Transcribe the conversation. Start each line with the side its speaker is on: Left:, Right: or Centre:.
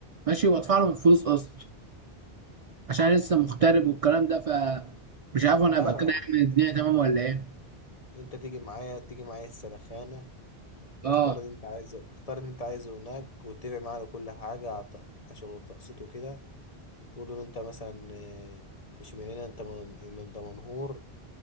Right: ماشي وادفع لهم فلوس قسط عشان أنا لسه مغترب والكلام ده ف مش عارف انا
Left: ايوه
Right: ابقى كده
Left: يا
Right: اعمل
Left: عم
Right: الدنيا تمام ولا ايه
Left: انت تيجي معايا تيجي معايا السلخانة
Right: اه
Left: اختار اللي انت عايزه اختار اللي انت عايزه هناك واتفق معاه على كل حاجة على ط- عشان تقسيطه كده قول له انت مثلا آه، مش من هنا انت من من دمنهور